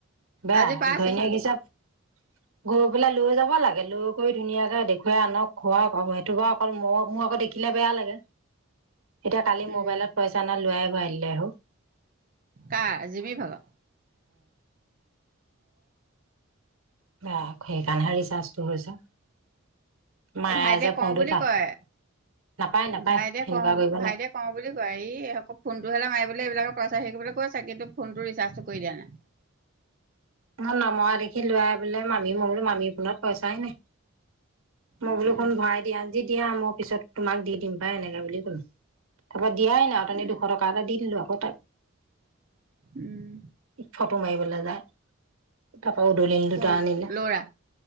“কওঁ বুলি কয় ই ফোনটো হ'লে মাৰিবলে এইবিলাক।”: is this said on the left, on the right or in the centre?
Right